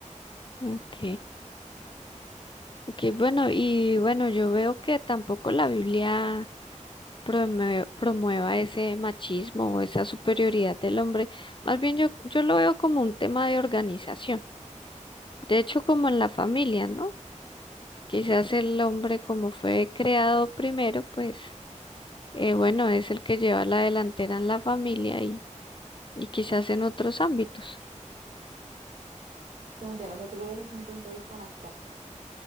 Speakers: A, on the left; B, on the right.
A: Ok, ok, bueno, y bueno, yo veo que tampoco la Biblia promue- promueva ese machismo o esa superioridad del hombre. Más bien yo, yo lo veo como un tema de organización. De hecho, como en la familia, ¿no? Quizás el hombre, como fue creado primero, pues, eh, bueno, es el que lleva la delantera en la familia y, y quizás en otros ámbitos.
B: Te entiendo, o sea, tú lo ves desde un punto de vista más práctico.